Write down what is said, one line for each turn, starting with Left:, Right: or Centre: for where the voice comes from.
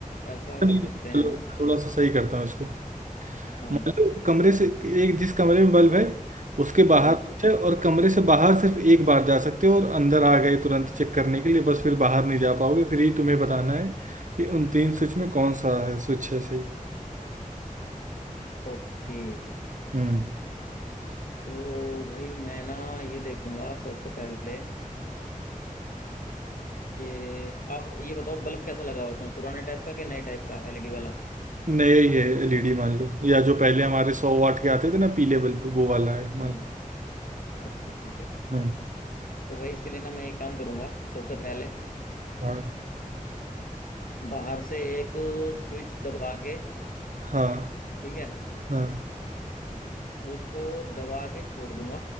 Left: ऐसा कर
Right: नहीं
Left: सकते
Right: नहीं
Left: हैं
Right: चलो
Left: हम
Right: थोड़ा सा सही करता हूँ इसको
Left: हाँ
Right: मान लो कमरे से एक जिस कमरे में बल्ब है उसके बाहर
Left: हम्म
Right: स्विच है और कमरे से बाहर सिर्फ एक बार जा सकते हो और अंदर आ गए तुरंत चेक करने के लिए बस फिर बाहर नहीं जा पाओगे फिर ही तुम्हें बताना है कि उन तीन स्विच में कौन सा है स्विच है सही
Left: ओके
Right: हम्म
Left: तो भाई मैं ना ये देखूंगा सबसे पहले कि आप ये बताओ बल्ब कैसा लगा हुआ है उसमें पुराने टाइप का कि नए टाइप का एलईडी वाला
Right: नया ही है एलईडी मान लो या जो पहले हमारे सौ वाट के आते थे ना पीले बल्ब वो वाला है
Left: हम्म
Right: मान
Left: अच्छा ठीक है
Right: लो हम्म
Left: तो भाई इसके लिए ना मैं एक काम करूंगा सबसे पहले
Right: हाँ
Left: बाहर से एक स्विच दबा के
Right: हाँ
Left: ठीक है
Right: हाँ
Left: उसको दबा के छोड़ दूंगा